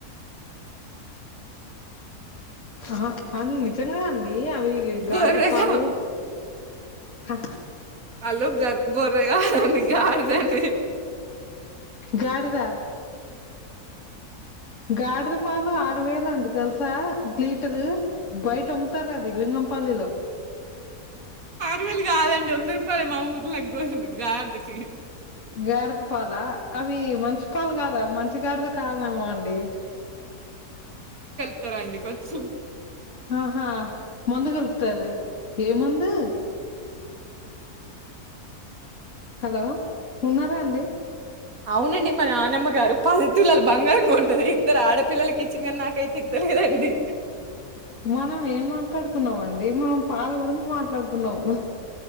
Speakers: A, on the left (about 50°); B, on the right (about 60°).
A: ఆహా అన్ నితంగా అవి
B: గొర్రెగా
A: గాఢద పాలు అ
B: వాళ్లు గర్ గొర్రెగా కాదండి గాడిదండి
A: గాడిద గాడిద పాలు ఆరు వేలు అండి తెలుసా లీటరు బయట అమ్ముతారు అది లింగంపల్లిలో
B: వేలు కాదండి వంద రూపాయలు మా ఊర్లో పోంది గాడిదకి
A: గాడతపాల అవి మంచిపాలు కాదా మంచిగాడది కాదేమో అండి
B: చెతారండి కొంచెం
A: ఆహా మందు కలుపుతర ఏం మందు హలో ఉన్నారా అండి
B: అవునండి మ నానమ్మ గారు పాది తులు బంగారం కొన్నది ఇద్దరు ఆడ పిల్లలకి ఇచ్చింది కానీ నాకైతే ఇత్తలేదండి
A: మనం ఏం మాట్లాడుకున్నాం అండి అదే మనం పాల గురించి మాట్లాడుకున్నావు